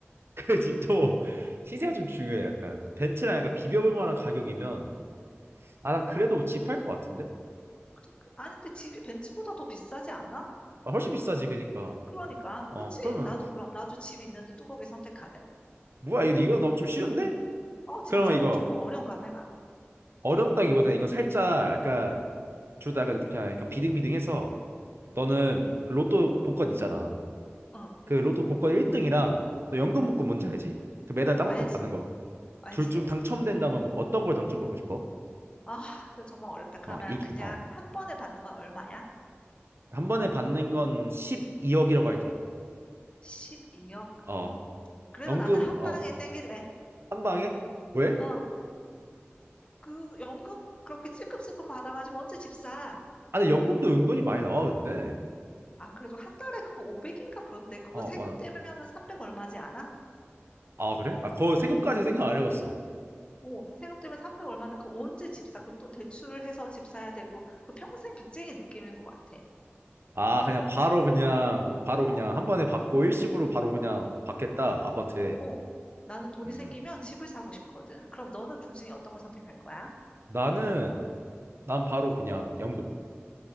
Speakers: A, on the right; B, on the left.
A: 그 집도 시세가 좀 중요해. 약간 벤츠랑 약간 비벼볼 만한 가격이면 아 난 그래도
B: 음,
A: 집할 것 같은데.
B: 그래. 아는데 집이 벤츠보다 더 비싸지 않아?
A: 아, 훨씬 비싸지 그니까.
B: 그러니까.
A: 어
B: 그치?
A: 그러면
B: 나도 그럼, 나도 집 있는데 뚜벅이 선택할래.
A: 뭐야 이거 이거 너무 좀 쉬운데?
B: 어, 진짜?
A: 그러면 이거
B: 그럼 조금 어려운 거 한번 해봐.
A: 어렵다기보다 이건 살짝 약간 둘다 약간 그냥 약간 비등비등해서 너는
B: 응,
A: 그 로또 복권 있잖아.
B: 어,
A: 그 로또 복권 1등이랑 너 연금 복권 뭔지 알지? 그 매달 따박따박
B: 알지.
A: 받는 거.
B: 알지,
A: 둘 중
B: 알지.
A: 당첨된다면 뭐 어떤 걸 당첨받고 싶어?
B: 아, 그거 정말 어렵다. 그러면
A: 어 이게
B: 그냥
A: 어
B: 한 번에 받는 건 얼마야?
A: 한 번에 받는 건 12억이라고 할게.
B: 12억.
A: 어
B: 음. 그래도
A: 연금
B: 나는 한
A: 어
B: 방에 땡길래.
A: 한 방에? 왜?
B: 어. 그 연금 그렇게 찔끔찔끔 받아가지고 언제 집 사?
A: 아니 연금도 은근히 많이 나와 근데.
B: 아, 그래도 한 달에 그거 500인가 그런데 그거
A: 어
B: 세금
A: 맞아.
B: 떼면은 300 얼마지 않아?
A: 아 그래? 아 거 세금까지 생각 안 해봤어.
B: 오, 세금 떼면 300 얼마인데 그거 언제 집 사? 그럼 또 대출해서 집 사야 되고 그 평생 빚쟁이 느낌일 것 같아.
A: 아 그냥 바로 그냥 바로
B: 어,
A: 그냥 한 번에 받고 일시불로 바로 그냥 받겠다 아파트에.
B: 어. 나는 돈이
A: 음
B: 생기면 집을 사고 싶거든. 그럼 너는 둘 중에 어떤 거 선택할 거야?
A: 나는 난 바로 그냥 연금.